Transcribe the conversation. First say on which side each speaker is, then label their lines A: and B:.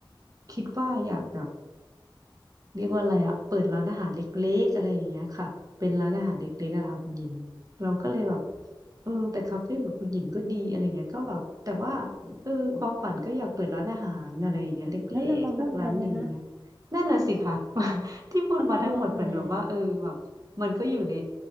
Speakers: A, on the right; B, on the right.
A: คิดว่าอยากแบบ เรียกว่าอะไรอะเปิดร้านอาหารเล็กๆอะไรอย่างเงี้ยค่ะเป็นร้านอาหารเล็กๆอะค่ะคุณหญิงเราก็เลยแบบเออแต่คาเฟ่แบบคุณหญิงก็ดีอะไรเงี้ยก็แบบแต่ว่าเออความฝันก็อยากเปิดร้านอาหารอะไรอย่างเงี้ยเล็กๆสักร้านหนึ่งเงี้ย
B: งั้นเรามาหุ้นกันไหมคะ
A: นั่นน่ะสิค่ะ <laughs> ที่พูดมาทั้งหมดเหมือนแบบว่าเออแบบมันก็อยู่ใน
B: เอามารวมกันเลย